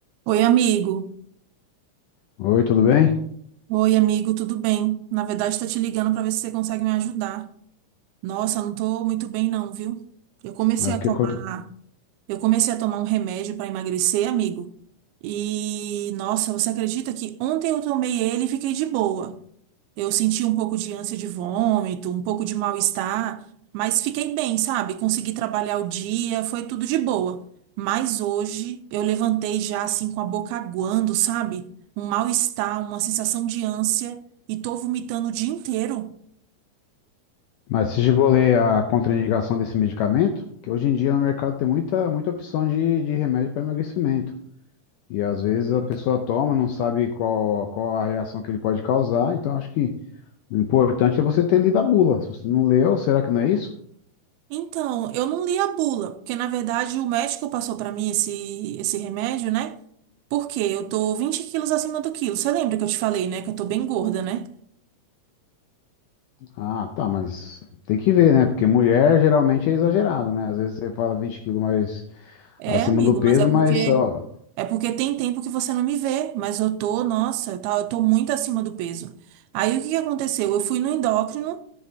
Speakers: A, on the right; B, on the left.
A: Oi, amigo.
B: Oi, tudo bem?
A: Oi, amigo, tudo bem? Na verdade, tô te ligando para ver se você consegue me ajudar. Nossa, eu não tô muito bem não, viu? Eu comecei
B: Mas
A: a
B: o
A: tomar,
B: que aconte-
A: eu comecei a tomar um remédio para emagrecer, amigo. E nossa, você acredita que ontem eu tomei ele e fiquei de boa. Eu senti um pouco de ânsia de vômito, um pouco de mal-estar, mas fiquei bem, sabe? Consegui trabalhar o dia, foi tudo de boa. Mas hoje eu levantei já assim com a boca aguando, sabe? Um mal-estar, uma sensação de ânsia e tô vomitando o dia inteiro.
B: Mas você chegou a ler a contraindicação desse medicamento? Porque hoje em dia no mercado tem muita, muita opção de, de remédio para emagrecimento. E às vezes a pessoa toma, não sabe qual, qual a reação que ele pode causar. Então acho que o importante é você ter lido a bula. Se você não leu, será que não é isso?
A: Então, eu não li a bula, porque na verdade o médico passou pra mim esse esse remédio, né? Porque eu tô 20 quilos acima do quilo. Você lembra que eu te falei, né? Que eu tô bem gorda, né?
B: Ah, tá, mas tem que ver, né? Porque mulher geralmente é exagerada, né? Às vezes você fala 20 quilos mais
A: É,
B: acima
A: amigo,
B: do peso,
A: mas é porque
B: mas ó,
A: é porque tem tempo que você não me vê, mas eu tô, nossa, tá, eu tô muito acima do peso. Aí o que que aconteceu? Eu fui no endócrino